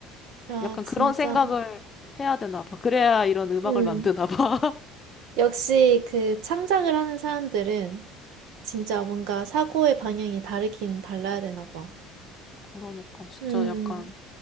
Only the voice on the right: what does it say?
아,
진짜.
응.
역시 그 창작을 하는 사람들은 진짜 뭔가 사고의 방향이 다르긴 달라야 되나 봐.
응,